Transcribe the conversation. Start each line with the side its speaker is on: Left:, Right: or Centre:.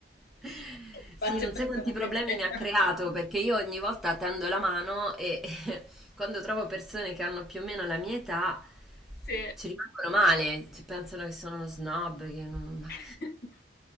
Centre: <laughs>
Left: Spazio
Centre: Sì, non
Left: personale
Centre: sai quanti problemi
Left: zero.
Centre: mi ha creato perché io ogni volta tendo la mano e <laughs> quando trovo persone che hanno più o meno la mia età
Left: Sì.
Centre: ci rimangono male, ci pensano che sono uno snob, che non... ma-
Left: <laughs>